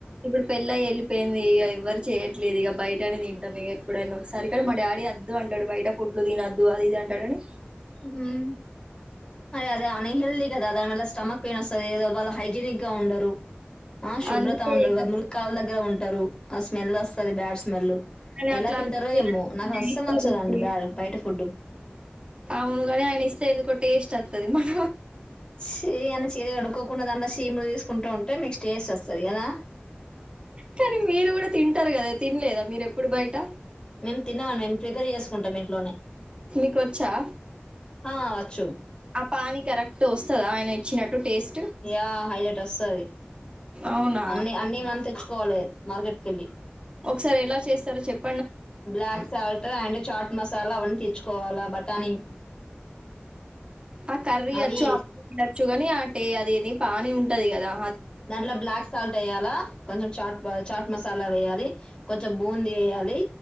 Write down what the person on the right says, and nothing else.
ఇవత్ పెళ్లి అయి వెళ్ళిపోయింది ఇక ఎవరు చేయట్లేదు ఇక బయటనే తింటాం ఇక ఎప్పుడైనా ఒకసారి కానీ మా డాడీ అద్దు అంట అంటాడు బయట ఫుడ్లు తినొద్దు అది ఇది అంటడు అని
అందుకే
ఇగ
కానీ
అట్లా
అనిపిస్తది
కానీ ఆయన
ఇస్తే
రుచి
అవునుగాని ఆయన ఇస్తే ఎందుకో టేస్ట్ వాతది మన
కానీ మీరు గూడా తింటారు కదా తినలేదా మీరు ఎప్పుడు బయట
మీక వచ్చా
ఆ పానీ కరెక్ట్ వస్తందా ఆయ చినట్టు టేస్ట్
అవునా
ఒకసారి ఎలా చేస్తారో చెప్
ఆ కర్రీ
వచ్చు ఆ వచ్చు గాని ఆ టే అది ఏది పానీ ఉంటది గదా